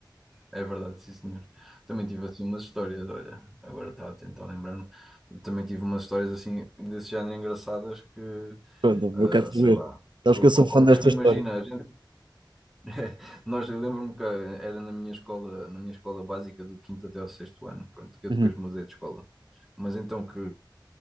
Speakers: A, in the centre; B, on the right.
A: é verdade, sim senhor. Também tive assim umas histórias, olha, agora estava a tentar lembrar-me, também tive umas histórias assim, desse género engraçadas que,
B: Pronto,
A: ah,
B: eu quero saber.
A: sei lá,
B: Sabes
A: ou,
B: que eu sou fã
A: ou
B: desta
A: mesmo
B: história.
A: imagina, a gente <laughs> Nós, eu lembro-me que era na minha escola, na minha escola básica do quinto até ao sexto ano, pronto, que eu
B: Uhum.
A: depois mudei de escola. Mas então que